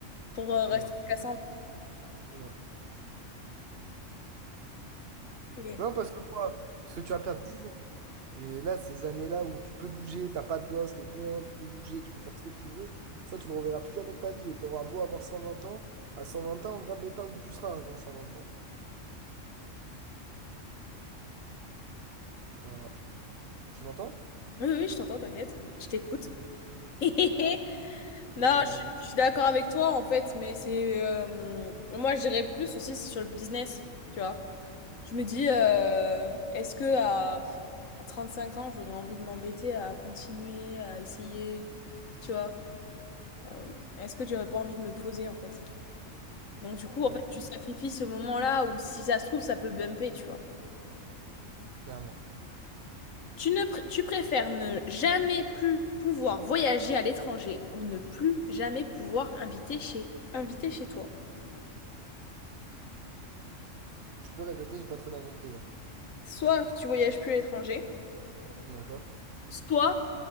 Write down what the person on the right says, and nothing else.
Non.
Non.
Non, parce que quoi? Parce que tu vas perdre 10 ans. Et là, ces années-là où tu peux bouger, t'as pas de gosse, t'es bien, tu peux bouger, tu peux faire ce que tu veux, ça, tu le reverras plus jamais de ta vie. Et t'auras beau avoir cent vingt ans, à 120 ans, regarde l'état où tu seras hein, à 120 ans. Voilà. Tu m'entends?
Mm.
Euh,
mais-
ouais,
clairement.
Tu peux répéter, j'ai pas très bien compris là.
D'accord?